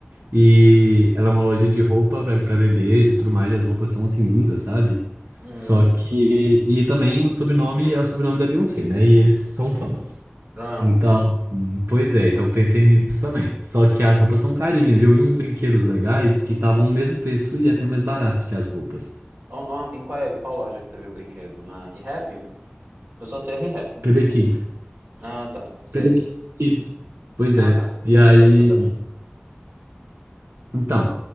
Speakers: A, on the right; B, on the right.
A: E ela é uma loja de roupa pra, pra bebês e tudo mais, e as roupas são assim lindas, sabe?
B: Hum.
A: Só que. E também o sobrenome é o sobrenome da Beyoncé, né? E eles são fãs.
B: Amo.
A: Então, hum, pois é, então pensei nisso também. Só que as roupas são carinhas. E Eu vi uns brinquedos legais que estavam o mesmo preço e até mais baratos que as roupas.
B: Ó, ó, em qual, qual loja que você viu o brinquedo? Na Rehap? Eu só sei a Rehap.
A: PB Kids.
B: Ah, tá. Sei.
A: PB Kids. Pois
B: Ah,
A: é.
B: tá. Conheço
A: E aí,
B: essa também.
A: então,